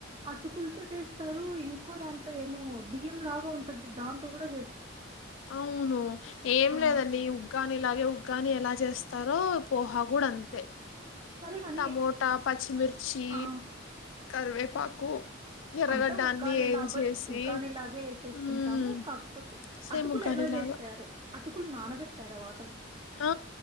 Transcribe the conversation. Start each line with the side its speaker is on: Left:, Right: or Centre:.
Right: అటుకులతో చేస్తారు ఇంకోదాంతో ఏమో బియ్యం లాగా ఉంటుంది దాంతో కూడా చే
Left: అవును ఏం
Right: ఆ
Left: లేదండి ఉగ్గాని లాగే కాని ఎలా చేస్తారో పోహా కూడా అంతే
Right: సరే కాని
Left: టమోటా పచ్చిమిర్చి
Right: ఆ
Left: కరివేపాకు ఎర్రగడ్డ
Right: అంత ఉగ్గానిలాగే
Left: అన్ని ఏంచేసి
Right: ఉగ్గానిలాగే ఎసేసుకుంటాము
Left: మ్మ్
Right: కాకపోతే
Left: సేముగ్గానిలాగా
Right: అటుకులు ఎలా జేసారు అటుకులు నానబెట్టారా వా
Left: హ